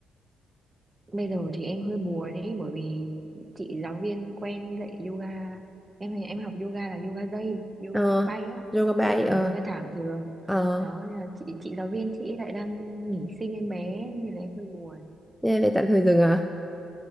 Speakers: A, on the right; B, in the centre.
A: Bây giờ thì em hơi buồn ấy bởi vì chị giáo viên quen dạy yoga em em học yoga là yoga dây yoga
B: Ờ,
A: bay á
B: yoga bay,
A: chứ không phải
B: ờ,
A: yoga thảm thường
B: ờ,
A: đó nên là chị chị giáo viên chị lại đang nghỉ sinh em bé nên là em hơi buồn
B: thế về tạm thời dừng à?